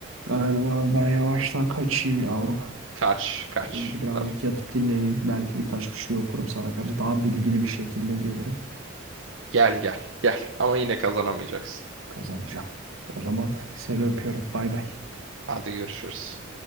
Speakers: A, on the right; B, on the right.
A: Aynen abi ben yavaştan kaçayım yavrum.
B: Kaç. Kaç.
A: Şimdi birazcık
B: Tamam.
A: yatıp dinleneyim. Belki birkaç bir şey okurum sana karşı. Daha bilgili bir şekilde gelirim.
B: Gel gel. Gel. Ama yine kazanamayacaksın.
A: Kazanacağım. O zaman seni öpüyorum. Bay bay.
B: <laughs> Hadi görüşürüz.